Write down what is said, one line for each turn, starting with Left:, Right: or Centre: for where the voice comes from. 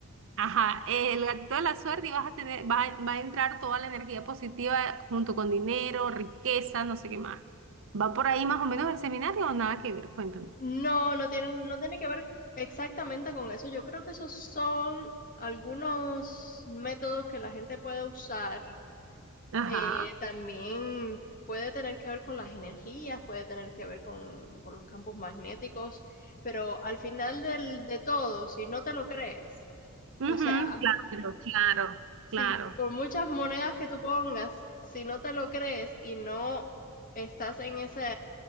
Right: ajá, el gatito a la suerte y vas a tener, va, a- va a entrar toda la energía positiva junto con dinero, riqueza, no sé qué más. ¿Va por ahí más o menos el seminario o nada que ver? Cuéntame.
Left: No, no tienen, no tiene que ver exactamente con eso. Yo creo que esos son algunos métodos que la gente puede usar.
Right: Ajá.
Left: Eh, también puede tener que ver con las energías, puede tener que ver con, con los campos magnéticos, pero al final del, de todo, si no te lo crees,
Right: Ujú,
Left: o sea,
Right: claro, claro,
Left: Si
Right: claro.
Left: por muchas monedas que tú pongas, si no te lo crees y no estás en ese